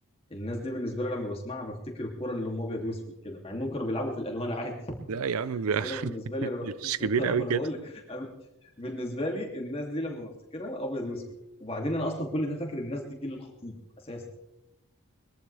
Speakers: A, on the left; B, on the right.
A: الناس دي بالنسبه لي لما بسمعها بفتكر الكره اللي هم ابيض واسود كده مع انهم كانوا بيلعبوا في الالوان عادي <laughs>
B: لا يا عم <laughs> ب-
A: بس انا بالنسبه لي انا ب... <laughs>
B: مش كبير
A: آه،
B: قوي
A: انا
B: كده
A: بقول لك أنا بالنسبه لي الناس دي لما بفتكرها ابيض واسود وبعدين انا اصلا كل ده فاكر الناس دي جيل الخطيب اساسا